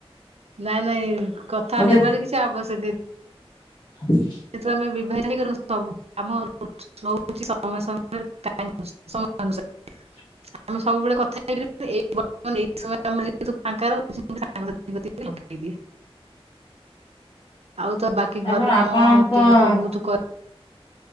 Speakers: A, on the right (about 80°); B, on the left (about 50°).
A: ନାଇଁ ନାଇଁ କଥା
B: ମତେ
A: ହେବାର କିଛି ଆବଶ୍ୟକ।
B: <inaudible>
A: ସେତୁ ଆମେ ବିଭଜ <unintelligible> ସବୁ ଆମ <unintelligible> ସମୟ ସମୟରେ ଟା <unintelligible>
B: <inaudible>
A: ଆମେ ସବୁବେଳେ କଥା ହେଇାର <unintelligible> ଏଇ <unintelligible> ଲଗେଇ ଦିଏ
B: <inaudible>
A: ଆଉ ତ ବାକି
B: ତାପରେ
A: ଘରର କାମ
B: ଆପଣଙ୍କ
A: ଟିକେ ବହୁତ କର